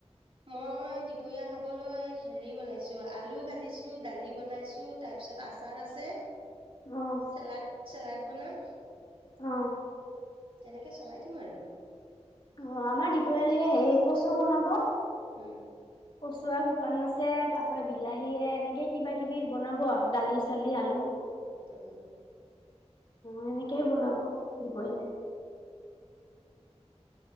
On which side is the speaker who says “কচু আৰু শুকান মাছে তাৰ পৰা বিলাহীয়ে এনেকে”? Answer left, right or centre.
Left